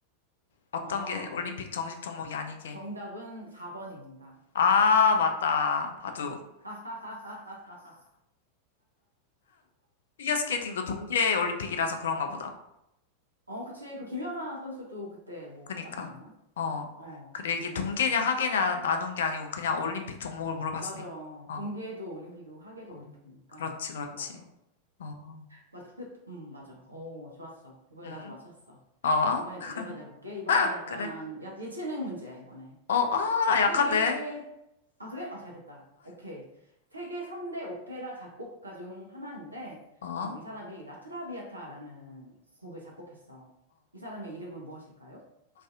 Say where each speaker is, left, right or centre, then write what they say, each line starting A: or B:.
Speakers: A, on the left; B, on the right.
A: 어떤
B: 어.
A: 게 올림픽 정식 종목이 아니게?
B: 정답은 4번입니다.
A: 아, 맞다. 바둑.
B: <laughs>
A: 피겨스케이팅도 동계 올림픽이라서 그런가 보다.
B: 어, 그치. 그 김연아 선수도 그때 뭐
A: 그니까.
B: 따지 않았나?
A: 어.
B: 어,
A: 그래,
B: 뭐
A: 이게
B: 그래가지고.
A: 동계냐 하계냐 나눈 게 아니고 그냥 올림픽 종목을 물어봤으니까.
B: 맞아.
A: 어,
B: 동계도 올림픽이고 하계도
A: 어.
B: 올림픽이니까.
A: 그렇지, 그렇지.
B: 맞아.
A: 어,
B: 맞아. <laughs> 음, 맞아. 오, 좋았어. 이번에
A: 응?
B: 나도 맞췄어.
A: 어?
B: 이번에 내가 내볼게. 이번에
A: <laughs>
B: 약간
A: 그래.
B: 야- 예체능 문제야, 이번에.
A: 어, 아,
B: 어,
A: 나
B: 세계,
A: 약한데.
B: 아, 그래? 아, 잘 됐다. 오케이. 세계 3대 오페라 작곡가 중 하나인데,
A: 어, 어.
B: 어, 이 사람이 라트라비아타라는 곡을 작곡했어. 이 사람의 이름은 무엇일까요?